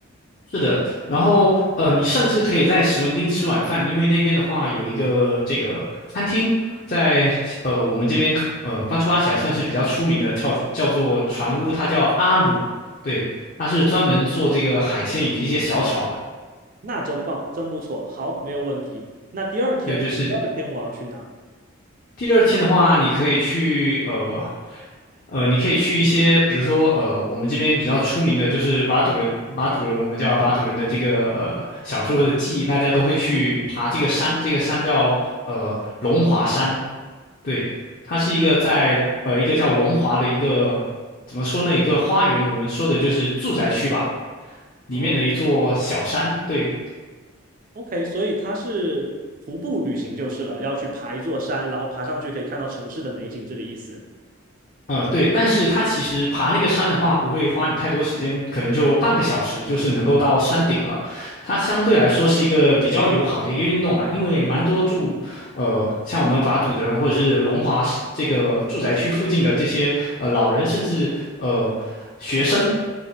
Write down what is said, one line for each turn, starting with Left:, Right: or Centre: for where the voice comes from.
Left: 是的，然后呃，你甚至可以在史文町吃晚饭，因为那边的话有一个这个餐厅，在呃我们这边呃巴珠巴峡算是比较出名的，叫叫做船屋，它叫阿鲁，对，它是专门做这个海鲜以及一些小炒的，
Right: 那真棒，真不错。好，没有问题。那第二天呢？
Left: 对，就是
Right: 第二天我要去哪？
Left: 第二天的话，你可以去呃呃，你可以去一些，比如说呃，我们这边比较出名的就是瓦杜人，瓦杜人我们叫瓦杜人的这个呃小时候的记忆，大家都会去爬这个山，这个山叫呃龙华山，对，它是一个在呃一个叫龙华的一个怎么说呢，一个花园，我们说的就是住宅区吧，里面的一座小山，
Right: 哦
Left: 对，
Right: ，OK，所以它是徒步旅行就是了，要去爬一座山，然后爬上去可以看到城市的美景，这个意思。
Left: 呃，对，但是它其实爬那个山的话，不会花你太多时间，可能就半个小时，就是能够到山顶了。它相对来说是一个比较友好的一个运动嘛，因为蛮多住，呃，像我们瓦土的人或者是龙华市这个住宅区附近的这些呃老人，甚至呃学生，